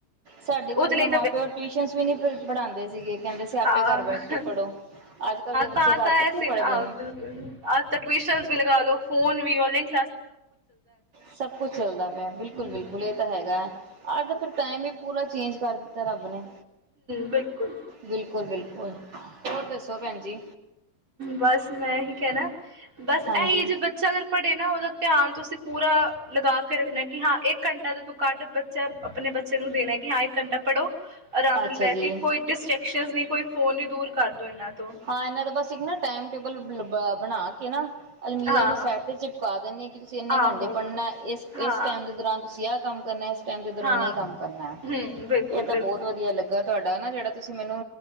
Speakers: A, on the right; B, on the right.
A: ਸਾਡੀ
B: ਤੇ
A: ਵਾਰੀ
B: ਉਹਦੇ
A: ਤਾਂ
B: ਲਈ
A: ਮਾਂ ਪਿਓ ਟਿਊਸ਼ਨ ਵੀ ਨੀ ਪੜ੍ਹਾਂਦੇ ਸੀਗੇ। ਕਹਿੰਦੇ ਸੀ ਆਪੇ
B: ਹ
A: ਘਰ ਬੈਠ ਕੇ ਪੜ੍ਹੋ ਅੱਜ ਕੱਲ੍ਹ ਦੇ ਬੱਚੇ
B: ਤਾਂ ਆ
A: ਘਰ
B: ਤਾਂ
A: ਕਿੱਥੇ
B: ਹੈ ਸੀ
A: ਪੜ੍ਹਦੇ ਨੇ
B: ਬਿਲਕੁਲ ਆ ਤਾਂ ਟਿਊਸ਼ਨ ਵੀ ਲਗਾ ਲਓ ਫੋਨ ਵੀ ੋ <inaudible>
A: ਸਭ ਕੁਛ ਚੱਲਦਾ ਪਿਆ ਬਿਲਕੁਲ-
B: ਹੂੰ
A: ਬਿਲਕੁਲ ਇਹ ਤਾਂ ਹੈਗਾ ਹੈ ਅੱਜ ਦਾ ਫਿਰ ਟਾਇਮ ਵੀ ਪੂਰਾ ਚੇਂਜ ਕਰ ਦਿੱਤਾ ਰੱਬ ਨੇ
B: ਬਿਲਕੁਲ
A: ਬਿਲਕੁਲ-ਬਿਲਕੁਲ ਹੋਰ ਦੱਸੋ ਪੈਣ ਜੀ
B: ਬਸ ਮੈਂ ਹੀ ਕਹਿਣਾ- ਬਸ
A: ਹਾਂਜੀ,
B: ਇਹੀ ਜੇ ਬੱਚਾ ਅਗਰ ਪੜ੍ਹੇ ਨਾ ਉਹਦਾ ਧਿਆਨ ਤੁਸੀਂ ਪੂਰਾ ਲਗਾ ਕੇ ਰੱਖਣਾ ਕਿ ਹਾਂ ਇੱਕ ਘੰਟਾ ਤੋਂ ਤੂੰ ਕੱਢ ਬੱਚਾ ਆਪਣੇ ਬੱਚੇ ਨੂੰ ਦੇਣਾ ਕਿ ਹਾਂ ਇੱਕ ਘੰਟਾ ਪੜ੍ਹੋ ਆਰਾਮ ਨਾਲ
A: ਅੱਛਾ
B: ਬਹਿ
A: ਜੀ।
B: ਕੇ ਕੋਈ ਡਿਸਟੈਕਸ਼ਨ ਨਹੀਂ ਕੋਈ ਫੋਨ ਨੀ ਦੂਰ ਕਰਦੋ ਇਹਨਾ
A: ਹਾਂ ਇਹਨਾਂ ਦਾ ਬਸ ਇੱਕ ਨਾ ਟਾਈਮ ਟੇਬਲ ਬ ਬਣਾ ਕੇ ਨਾ ਅਲਮੀਰਾ
B: ਹਾਂ
A: ਦੀ ਸੈਰ ਤੇ ਚਿਪਕਾ ਦਿੰਦੇ ਤੁਸੀਂ ਇੰਨੇ
B: ਆਹੋ
A: ਘੰਟੇ ਪੜ੍ਹਨਾ ਇਸ
B: ਹਾਂ
A: ਇਸ ਟਾਈਮ ਦੇ ਦੌਰਾਨ ਤੁਸੀਂ ਆਹ ਕੰਮ- ਗਣੇਸ਼ ਟਮ ਦੇ ਦੌਰਾਨ
B: ਹਾਂ
A: ਹੀ ਕੰਮ ਕਰਨਾ ਹੈ
B: ਹੂੰ ਬਿਲਕੁਲ
A: ਇਹ ਤਾਂ
B: ਬਿਲਕੁਲ
A: ਬਹੁਤ ਵਧੀਆ ਲੱਗਾ ਤੁਹਾਡਾ ਨਾ ਜਿਹੜਾ ਤੁਸੀਂ ਮੈਨੂੰ